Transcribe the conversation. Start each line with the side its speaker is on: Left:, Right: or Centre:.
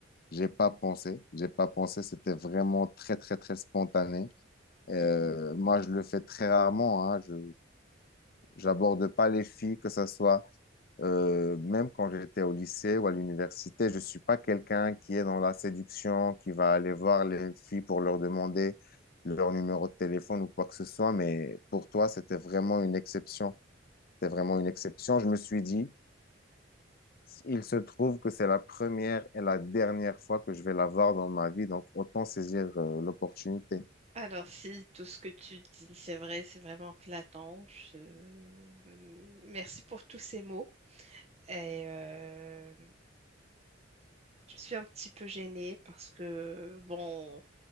Left: j'ai pas pensé. J'ai pas pensé. C'était vraiment très, très, très spontané. Euh,
Right: Mhm.
Left: moi, je le fais très rarement, hein. Je, j'aborde pas les filles, que ça soit euh, même quand j'étais au lycée ou à l'université, je ne suis pas quelqu'un qui est dans la séduction, qui va aller voir les filles pour leur demander leur numéro de téléphone ou quoi que ce soit. Mais pour toi, c'était vraiment une exception. C'était vraiment une exception. Je me suis dit, il se trouve que c'est la première et la dernière fois que je vais la voir dans ma vie, donc autant saisir euh, l'opportunité.
Right: Alors, si tout ce que tu dis, c'est vrai, c'est vraiment flattant. Je... Merci pour tous ces mots. Et euh, je suis un petit peu gênée parce que, bon,